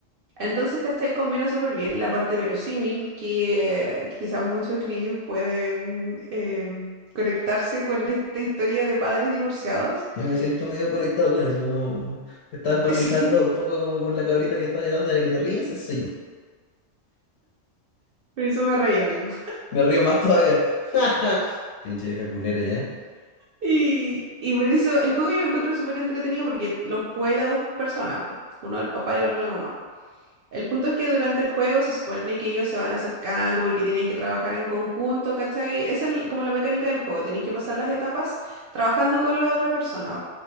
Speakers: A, on the right; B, on the left.
A: Entonces, ¿cachai? Combina súper bien la parte verosímil que quizás muchos niños pueden eh, conectarse con esta historia de padres divorciados.
B: Yo
A: <laughs>
B: me siento medio conectado con eso, como estaba empatizando
A: Sí,
B: un poco como con la cabrita que está llorando de la que te ríes, eso soy yo.
A: por eso me reí, amigo.
B: Me río más todavía. <laughs> Pinche vieja culera ya.
A: Y, y por eso el juego yo lo encuentro súper entretenido porque lo jugáis de a dos personas, po. Uno el papá y la otra la mamá. El punto es que durante el juego se supone que ellos se van acercando porque tienen que trabajar en conjunto, ¿cachai? Esa es el- como la mecánica del juego, tenéis que pasar las etapas trabajando con la otra persona.